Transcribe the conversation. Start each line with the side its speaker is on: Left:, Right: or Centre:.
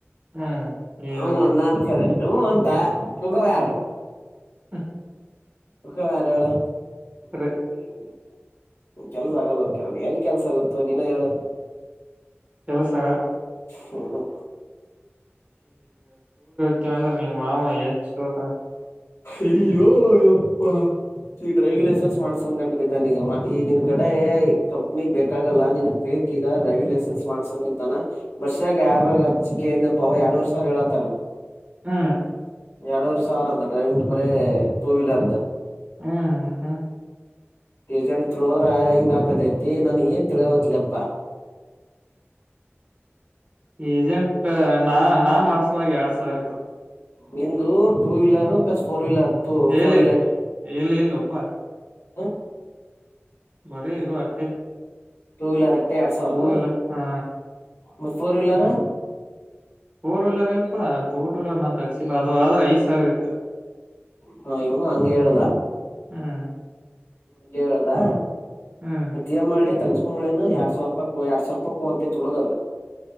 Right: ಹ್ಮ್ ಏನಂದ
Left: ಹವ ಅಂದಾನು ಕರೆ ಹ ಅಂತ ಹಗ ಯಾರು
Right: ಅ
Left: ಹೋಗೋ ಯಾರು ಹೇಳು <inaudible>
Right: ಸರಿ
Left: ಕೆಲ್ಸ ಆಗಲ್ಲ ಕಿರಣ ಎಲ್ಲಿ ಕೆಲ್ಸ ಆಗುತ್ತೋ ನೀನು ಹೇಳ
Right: ಕೆಲಸ ಆಗಲ್ಲ
Left: ಹಾ ಹಾ
Right: ಯಾಕನಂದ್ರೆ ನಿಮ್ ಮಾವ ಹೆಚ್ಚತ
Left: ಅಯ್ಯೋಯಪ್ಪ ಈ ಡ್ರೈವಿಂಗ್ ಲೈಸೆನ್ಸ್ ಮಾಡ್ಸನ್ ಗಂಂಡು ಬಿದ್ದಾನ ಈಗ ಈ ನಿನ್ ಕಡೆ ಕಂಪ್ನಿಗ್ ಬೇಕಾಗಲ್ಲಾ ನಿನ್ಗ್ ಬೇಕ ಈಗ ಡ್ರೈವಿಂಗ್ ಲೈಸೆನ್ಸ್ ಮಾಡ್ಸನ್ ನಿಂತಾನ ಬರ್ಷ್ಯಾಗ ಯಾರಾಗ ಹಚ್ಚಿಕಯನಪ್ಪವ ಎರಡ್ ವರ್ ಸ ಹೇಳತಾನ
Right: ಹ್ಮ
Left: ಎರಡವರು ಸಾವಿರ ಅಂತ ಡ್ರೈವಿಂಗ್ ಬರೀ ಟೂ ವೀಲರ್ ಅದ
Right: ಹ್ಮ್ ಹಾ
Left: ಏಜೆಂಟ್ ತ್ರೋ ಹೋದ್ರಾ ಹಿಂಗ ಹಾಕತೈತಿ ನನಗೇನು ತಿಳಿವಲ್ದು ಅಪ್ಪ
Right: ಏಜೆಂಟ್ ನಾನ್ ನಾ ಮಾಡ್ಸೋಗ ಎರಡ್ ಸಾವಿರ ಇತ್ತಪ್ಪ
Left: ನಿಂದು two wheeler plus four wheeler two
Right: ಇಲ್ಲ
Left: ಫೋರ್
Right: ಇಲ್ಲ ಇಲ್ಲೊಪ್ಪಾ
Left: ಹಾ
Right: ಬರಿ ಇದು ಅಟ್ಟೆ
Left: ಟೂ ವೀಲರ್ ಅಟ್ಟೆ ಎರಡು ಸಾವಿರನ
Right: ಟೂ ವೀಲರ್ ಹಾ
Left: ಮತ್ತೆ ಫೋರ್ ವೀಲರ್
Right: ಫೋರ್ ವೀಲರ್ ಇಲ್ಲಪ್ಪ ನನ್ ತಗಸಿಲ್ಲ ಅದು ಆದ್ರೆ ಐದ್ ಸಾವಿರ ಇತ್ತು
Left: ಹಾ ಇವನು ಹಂಗೆ ಹೇಳುದ
Right: ಹ್ಮ್
Left: ಹಂಗೆ ಹೇಳದಾ
Right: ಹ್ಮ್
Left: ಮತ್ತೆ ಮಾಡ್ಲಿ ತಗೊಂಡು ಎರಡು ಸಾವಿರ ರೂಪಾಯಿಕ ಎರಡು ಸಾವಿರ ರೂಪಾಯಿ ಅಂತ ತುಡುಗದ